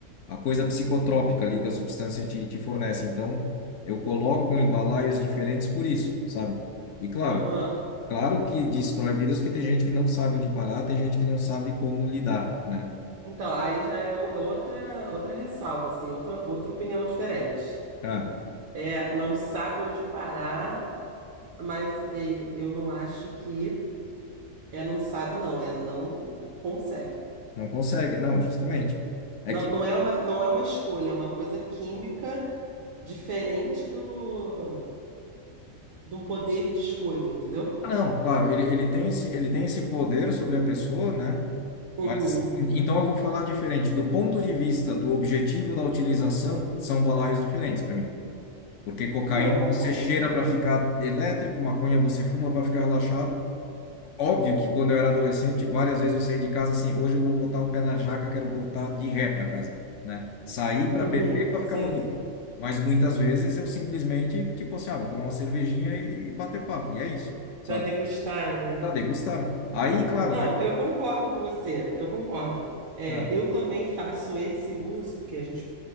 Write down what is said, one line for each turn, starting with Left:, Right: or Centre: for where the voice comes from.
Left: a coisa psicotrópica ali que a substância te, te fornece. Então, eu coloco em balaios diferentes por isso, sabe? E claro,
Right: Uhum.
Left: claro que destrói vidas, porque tem gente que não sabe onde parar, tem gente que não sabe como lidar, né?
Right: Então, aí já é o- é outra outra ressalva, assim, outra, outra opinião diferente.
Left: Ah,
Right: É, não sabe onde parar, mas eh, eu não acho que é não sabe, não, é não consegue.
Left: não consegue, não, justamente. É
Right: Não,
Left: que,
Right: não é uma, não é uma escolha, é uma coisa química diferente do, de um poder de escolha, entendeu?
Left: ah, não, claro, ele, ele tem esse, ele tem esse poder sobre a pessoa, né?
Right: Uhum.
Left: Mas, assim, en- então eu vou falar diferente. Do ponto de vista do objetivo da utilização, são balaios diferentes para mim. Porque cocaína
Right: Não, eu concordo.
Left: você cheira para ficar elétrico, maconha você fuma para ficar relaxado. Óbvio que quando eu era adolescente, várias vezes eu saí de casa assim, hoje eu vou botar o pé na jaca, quero voltar de ré para casa, né? Sair para
Right: Uhum.
Left: beber para ficar
Right: Sim,
Left: maluco.
Right: sim.
Left: Mas muitas vezes eu simplesmente, tipo assim, ah, vou tomar uma cervejinha e bater papo, e é isso, sabe?
Right: Para degustar, né?
Left: Para degustar. Aí, claro,
Right: Não,
Left: né?
Right: eu concordo com você, eu concordo. É,
Left: Ah,
Right: eu também faço esse uso, que a gente